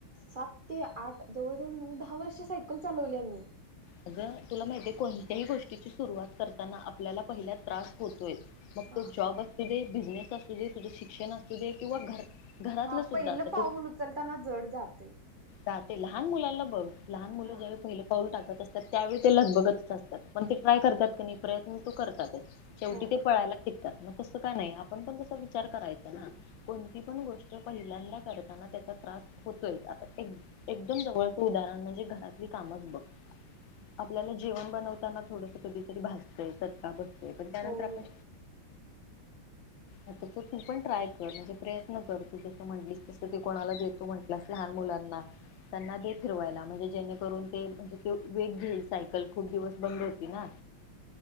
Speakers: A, on the right; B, on the left.
A: सात ते आठ जवड़ जवड़ नउ दहा वर्ष चालवले मी
B: अगं तुला माहिती आहे कोणत्याही गोष्टीची सुरुवात करताना आपल्याला पहिल्या त्रास होतोय. मग
A: हा
B: तो जॉब असू दे बिझनेस असू दे तुझं शिक्षण असू दे किंवा घर घरातलं
A: हा
B: सुद्धा
A: पहिलं
B: आता तू
A: पाऊल उचलताना जड जातय.
B: जे लहान मुलांना बघ लहान मुलं
A: हा
B: ज्यावेळी पहिले पाऊल टाकत. आता त्यावेळी ते लग बगतच असतात पण ते ट्राय करतात का नाही प्रयत्न तू करतात शेवटी
A: हो
B: ते पळायला. तस का नाही आपण पण त विचार करायचा ना कोणती पण गोष्ट पहिल्या करताना त्याचा त्रास होतोय आता एकदम जवळचं उदाहरण म्हणजे घरातली कामच बघ. आपल्याला जेवण बनवताना थोडस कधीतरी भासतंय चटका बस. ते पण त्यानंतर
A: हो
B: आपण
A: हो
B: तस तू पण ट्राय कर म्हणजे प्रयत्न कर तू जस म्हटलीस तस त कोणाला देतो म्हटलास लहान मुलाना त्याना पण दे फिरवा म्हणज जेणे करुन वेघ घिन साय खूप दिवस होती ना